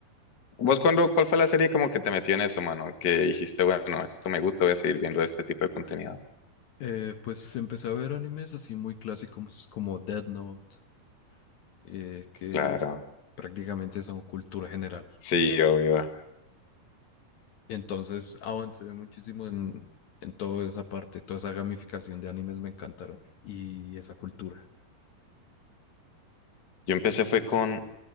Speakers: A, on the left; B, on the left.
A: ¿Vos cuándo, cuál fue la serie como que te metió en eso, mano? Que dijiste, bueno, esto me gusta, voy a seguir viendo este tipo de contenido.
B: Eh, pues empecé a ver animes así muy clásicos como Death Note, eh, que
A: Claro.
B: prácticamente son cultura general.
A: Sí, obvio.
B: Entonces avancé muchísimo en, en toda esa parte, toda esa gamificación de animes me encantaron y esa cultura.
A: Yo empecé fue con